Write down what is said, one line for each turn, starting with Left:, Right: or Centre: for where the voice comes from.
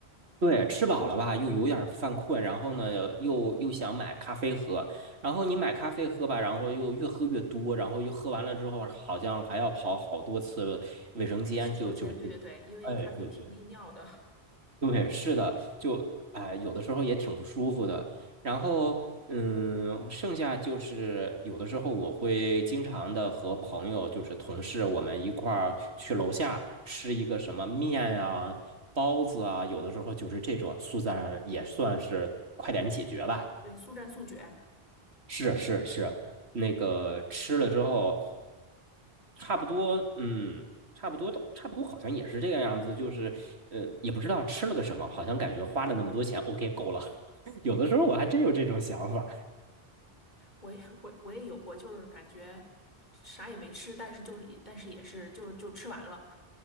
Right: 对，吃饱了吧，又有点儿犯困，然后呢，又又想买咖啡喝，然后你买咖啡喝吧，然后又越喝越多，然后又喝完了之后，好像还要跑好多次卫生间，
Left: <laughs> 洗手间，
Right: 就就就，
Left: 对对对，因为咖啡挺利尿的，
Right: 哎，对对对，是的，就啊、哎有的时候也挺不舒服的。然后，嗯，剩下就是有的时候我会经常的和朋友，就是同事，我们一块儿去楼下吃一个什么面啊、包子啊，有的时候就是这种速战也算是快点解决吧。
Left: 对，速战速决。
Right: 是是是，那个吃了之后，差不多，嗯，差不多都差不多，好像也是这个样子，就是呃，也不知道吃了个什么，好像感觉花了那么多钱，OK 够了。<laughs> 有的时候我还真有这种想法，
Left: 我也我我也有过，就是感觉啥也没吃，但是就是也但是也是就就吃完了。